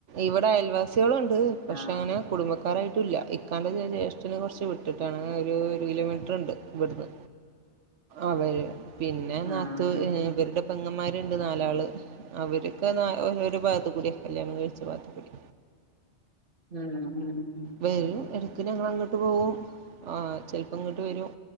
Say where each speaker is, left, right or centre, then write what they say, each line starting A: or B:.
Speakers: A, on the right (about 85°); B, on the right (about 50°).
A: ഇവിടെ അയൽവാസികള്ണ്ട് പക്ഷേ
B: ആഹ്
A: കുടുംബക്കാരായ്ട്ടൂല്ല ഇക്കാന്റൊരു ജ്യേഷ്ട്ടെന് കൊർച്ച് വിട്ട്ട്ടാണ് ഒരു ഒര് കിലോമീറ്ററ്ണ്ട് ഇവട്ന്ന് അവര് പിന്നെ നാത്തു
B: ആഹ് ഉം
A: ഏഹ് ഇവര്ടെ പെങ്ങമ്മാര്ണ്ട് നാലാള് അവരൊക്കെ നാ ഓരോരോ ഭാഗത്ത് കൂട്യാ കല്ല്യാണം കഴിച്ച ഭാഗത്ത് കൂടി
B: ആഹ് ഉം ഉം
A: വെരും എടെക്ക്‌ ഞങ്ങളങ്ങട്ട് പോകും ആഹ് ചെൽപ്പങ്ങട്ട് വെരും